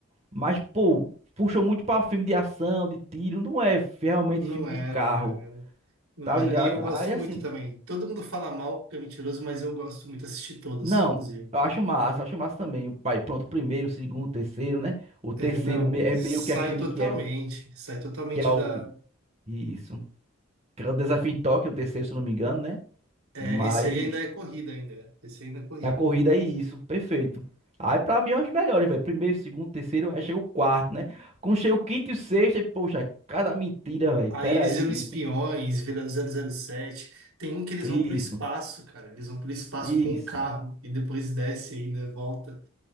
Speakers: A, on the right (about 30°); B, on the right (about 80°).
A: Mas, pô, puxou muito pra filme de ação, de tiro. Não é realmente
B: Não
A: filme de
B: era,
A: carro,
B: não era, não
A: tá
B: era.
A: ligado?
B: E eu gosto
A: Aí
B: muito
A: assim,
B: também. Todo mundo fala mal porque é mentiroso, mas eu gosto muito, assisti todos,
A: não.
B: inclusive.
A: Eu acho massa, eu acho massa também. O pai, pronto, o primeiro, o segundo, o terceiro, né? O terceiro
B: É, não,
A: me- é
B: sai
A: meio que aquele
B: totalmente,
A: que é o
B: sai totalmente
A: que é o,
B: da.
A: Isso. Que era o desafio em Tóquio, o terceiro, se eu não me engano, né?
B: é,
A: Mas
B: esse aí ainda é corrida ainda, esse aí ainda é corrida.
A: a corrida é isso, perfeito. Aí pra mim é os melhores, velho. Primeiro, segundo, terceiro, aí chega o quarto, né? Quando chega o quinto e o sexto, e, poxa, cada mentira, velho.
B: Aí
A: Pera
B: eles
A: aí.
B: viram espiões,
A: <laughs>
B: viram zero zero sete. Tem um que eles
A: Isso,
B: vão pro espaço, cara. Eles vão pro espaço
A: isso.
B: com o carro e depois desce ainda, volta.